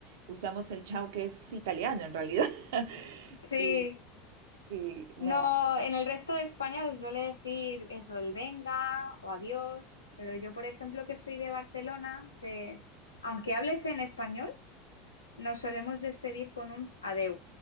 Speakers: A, on the right (about 60°); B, on the left (about 80°).
A: Usamos el chao que es italiano en realidad. <laughs>
B: sí.
A: Sí, sí, no,
B: No, en el resto de España se suele decir eso, el venga o adiós, pero yo, por ejemplo, que soy de Barcelona, se- aunque hables en español, nos solemos despedir con un adeu,